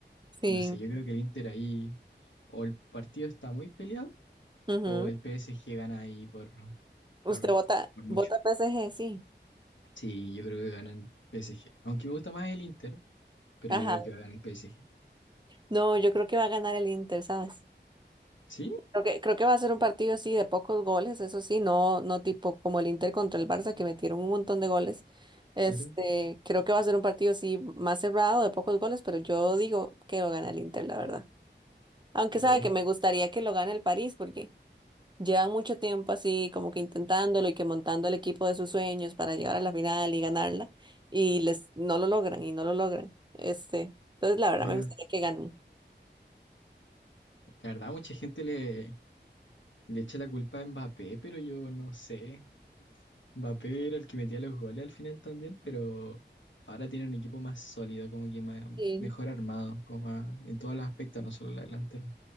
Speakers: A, on the right; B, on the left.
A: Sí.
B: no sé, yo creo que el Inter ahí o el partido está muy peleado
A: ujú.
B: o el PSG gana ahí por, por...
A: Usted vota,
B: por mucho.
A: vota PSG, sí.
B: Sí, yo creo que gana el PSG. Aunque me gusta más el Inter, pero
A: Ajá.
B: yo creo que va a ganar el PSG.
A: No, yo creo que va a ganar el Inter, ¿sabes?
B: ¿Sí?
A: Creo que, creo que va a ser un partido así de pocos goles, eso sí, no, no tipo como el Inter contra el Barça que metieron un montón de goles. Este,
B: Claro.
A: creo que va a ser un partido así más cerrado de pocos goles, pero yo digo que lo gana el Inter, la verdad. Aunque
B: Oh,
A: sabe que me gustaría que lo gane el París porque llevan mucho tiempo así como que intentándolo y que montando el equipo de sus sueños para llegar a la final y ganarla y les no lo logran y no lo logran. Este, entonces la verdad
B: Claro.
A: me gustaría que ganen.
B: La verdad, mucha gente le, le echa la culpa a Mbappé, pero yo no sé. Mbappé era el que metía los goles al final también, pero ahora tiene un equipo más sólido, como que más-
A: Sí.
B: mejor armado, como a- en todos los aspectos, no solo la delantera.